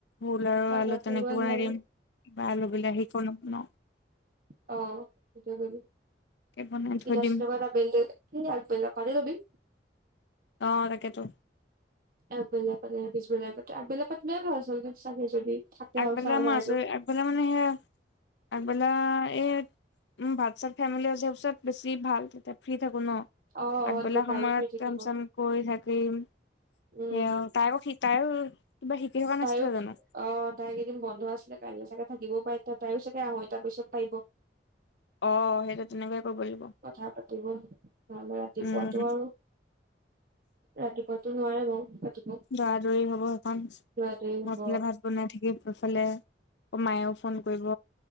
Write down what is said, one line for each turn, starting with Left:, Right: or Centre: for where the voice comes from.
Left: ভোল আৰু
Right: খাবা
Left: আলু
Right: কৰিব
Left: তেনেকে
Right: নালাগে
Left: বনাই দিম। আলু বিলাহী আকো নবনাও।
Right: অঁ, সেইটোৱেই
Left: বনাই থৈ
Right: কৰিবি,
Left: দিম
Right: <unintelligible>
Left: অঁ, তাকেইতো।
Right: আগবেলা পাতে পিছবেলা পাতে, আগবেলা পাতিলে ভাল আছলতে ইচ্ছা কৰে যদি, <unintelligible>
Left: আগবেলা মই আজৰি আগবেলা মানে সেয়া, আগবেলা এই উম, ভাত-চাত খাই মেলি <unintelligible> বেছি ভাল, তেতিয়া ফ্ৰী থাকোঁ ন'।
Right: অ',
Left: আগবেলা
Right: অ', যে তাইও
Left: সময়ত
Right: ফ্ৰী থাকিব
Left: কাম চাম কৰি থাকিম
Right: উম
Left: সেয়া তাই আকৌ শ তাইও কিবা শিকি থকা
Right: তাইও
Left: নাছিলে জানো।
Right: অ তাই কেইদিন বন্ধ আছিলে কাইলৈ চাগে থাকিবও পাৰে তিয়া তাই চাগে আ আহোঁ এ তাৰ পিছত পাৰিব।
Left: অ সেইটো তেনেকুৱাই কব লাগিব।
Right: কথা পাতিব নহ ৰাতিপুৱাটো
Left: উম
Right: আৰু ৰাতিপুৱাতো নোৱাৰে বাৰু
Left: দৌৰা দৌৰি হব সেইকণ
Right: যোৱাটোৱে হ'ব
Left: মই ইফেলে ভাত বনাই থাকি সোৰফালে আকৌ মায়েও ফোন কৰিব